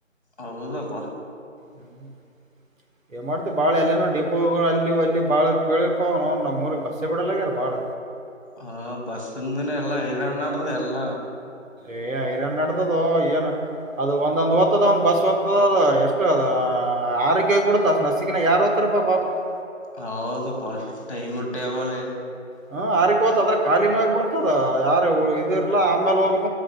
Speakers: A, on the left (about 40°); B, on the right (about 80°).
A: ಹೌದಪ್ಪ.
B: ಹ್ಮ್ ಏನ್ ಮಾಡ್ತಿ ಬಾಳ ಎಲ್ಲೇನೋ ಡೆಪೋಗಳು ಅಲ್ಲಿ ಅಲ್ಲಿ ಬಾಳ ಕೇಳಿಪ ನ ನಮ್ಮೂಊರಿಗೆಗ್ ಬಸ್ಸೆ ಬಿಡಲ್ಲ ಆಗ್ಯಾರ ಬಾಳ.
A: ಹ ಬಸ್ಂದನ ಎಲ್ಲಾ ಹೈರಾಣನಾಡ್ದ ಎಲ್ಲ
B: ಏ ಐರಣ್ಣ ನಡದುದೊ ಏನ್. ಅದು ಒಂದೊಂದ ಹೊತ್ತಾದ ಒಂದು ಬಸ್ ಹೊತ್ತುದ ಎಷ್ಟು ಅದ ಆರೂಕ್ಕೆ ಬಿಡ್ತುದು ನಸಕಿನಾಗ ಯಾರ ಗೊತ್ತಾರಪ್ಪ ಪಾಪ. <inaudible>
A: ಹಾದಪ್ಪ ಟೈಮ್ ಟೇಬಲ್.
B: ಹ್ಮ ಆರಿಕೋತದ ಖಾಲಿನ ಆಗ ಬಿಡ್ತದ ಯಾರ ಇದ ಇರ್ಲಾ ಆಮೇಲೆ ಹೋಗ